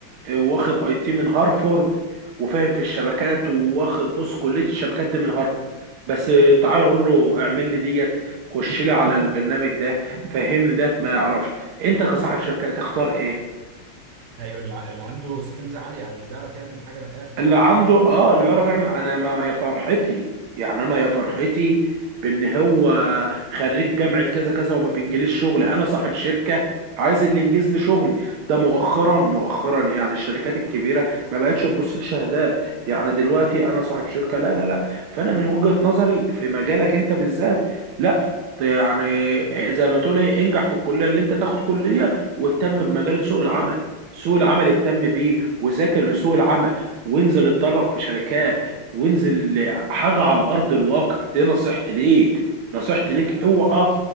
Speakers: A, on the right; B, on the right.
A: آه، واخد اي تي من هارفورد وفاهم في الشبكات واخد بص كلية الشبكات دي من هارفورد بس تعال اقول له اعمل لي ديت خش لي على البرنامج ده فهمني ديت ما يعرفش انت كصاحب شركة هتختار ايه
B: ايوه اللي ع- اللي عنده سكيلز عاليه او اللي بيعرف يعمل حاجه من الاخر
A: اللي عنده اه اللي بيعرف يعمل انا ما يا فرحتي يعني انا يا فرحتي بان هو خريج جامعة كذا كذا وما بينجليش شغل انا صاحب شركة عايز اللي ينجز لي شغلي ده مؤخرا مؤخرا يعني الشركات الكبيرة ما بقتش تبص لشهادات يعني دلوقتي انا صاحب شركة لا لا لا فانا من وجهة نظري في مجالك انت بالذات لا يعني زي ما تقول ايه انجح في الكلية اللي انت تاخد كلية واهتم بمجال سوق العمل سوق العمل اهتم بيه وذاكر لسوق العمل وانزل اتدرب في شركات وانزل حاجة على أرض الواقع دي نصيحتي ليك نصيحتي ليك
B: آه،
A: اوعى